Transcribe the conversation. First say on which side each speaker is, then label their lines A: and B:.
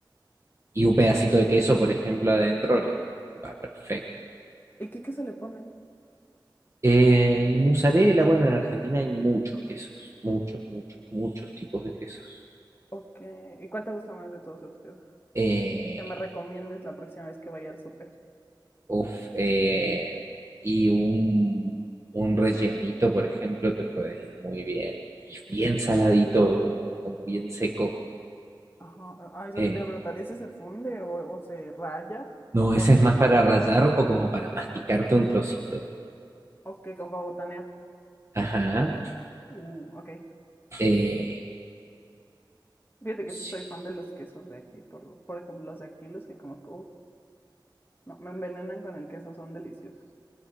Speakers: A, on the right (about 35°); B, on the left (about 25°).
A: Y un pedacito de queso, por ejemplo, adentro le va perfecto.
B: ¿Y qué, qué se le ponen?
A: Eh, y mozzarella, bueno, en Argentina hay muchos quesos, muchos, muchos, muchos tipos de quesos.
B: Ok, ¿y cuál te gusta más de todos los que,
A: Eh,
B: que me recomiendes la próxima vez que vaya al súper?
A: Uf, eh, y un, un rellenito, por ejemplo, te puede ir muy bien. Y bien saladito, como, como bien seco.
B: Ajá, ah, es
A: Eh,
B: lo que te iba a preguntar, ¿ese se funde o, o se raya?
A: no,
B: ¿O
A: ese
B: en
A: es
B: trocitos?
A: más para rallar o como para masticarte un trocito.
B: Ok, como para botanear.
A: Ajá.
B: Uh, ok.
A: Eh,
B: Fíjate que
A: sí.
B: sí soy fan de los quesos de aquí, por lo, por ejemplo, los de aquí, los que conozco, uf, no, me envenenan con el queso, son deliciosos.